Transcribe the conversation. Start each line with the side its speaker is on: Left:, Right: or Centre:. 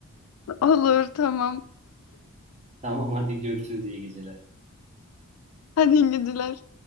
Left: Olur tamam.
Right: Tamam hadi görüşürüz iyi geceler.
Left: Hadi iyi geceler.